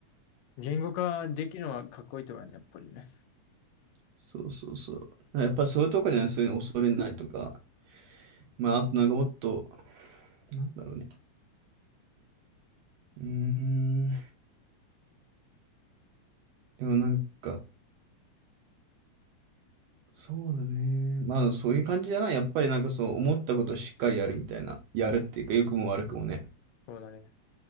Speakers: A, on the left; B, on the right.
A: 言語化できるのはかっこいいとかね、やっぱりね。
B: そうそうそう。やっぱそういうとこじゃない、そういうの恐れないとか。まあ、あとなんかもっと、なんだろうね。うーん。でもなんか、そうだね。まあ、でもそういう感じじゃない。やっぱりなんかそう、思ったことをしっかりやるみたいな。やるっていうか、良くも悪くもね。
A: そうだね。